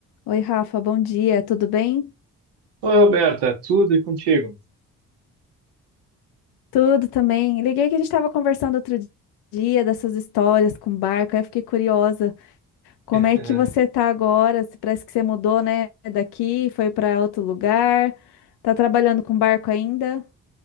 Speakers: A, on the left; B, on the right.
A: Oi, Rafa, bom dia, tudo bem?
B: Oi, Roberta, tudo e contigo?
A: Tudo também. Liguei que a gente estava conversando outro dia dessas histórias com barco, aí eu fiquei curiosa. Como
B: <laughs>
A: é que você tá agora? Se Parece que você mudou, né, daqui, foi para outro lugar. Tá trabalhando com barco ainda?